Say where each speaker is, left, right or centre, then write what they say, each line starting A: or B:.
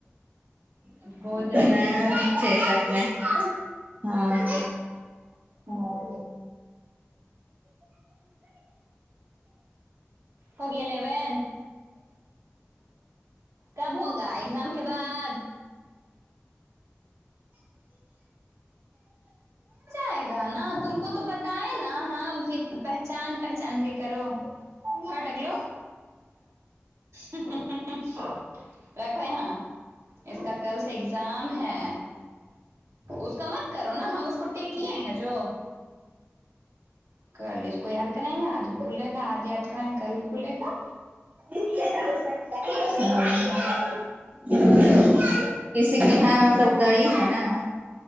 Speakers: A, on the right (about 85°); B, on the right (about 35°).
A: ہو جائے
B: ہاں
A: اس بار
B: چھ سات میں ہاں
A: ہاں ہوگی الیون کب ہوگا ایگزام کے بعد ائے گا نا تم کو تو بتائے نا ہام کہ پہچان پہچان کے کرو کٹگلو <unintelligible> ہوں ہوں رکھو یہاں اس کا کل سے ایگزام ہے اس کا مت کرو کٹے کیے ہیں جو کرل اس کو یاد کرائیں گے آج بھی بھولے گا آج یاد کرائیں کل بھولے گا
B: <unintelligible> <unintelligible> کسی کے ہاں مطلب گائی ہے نا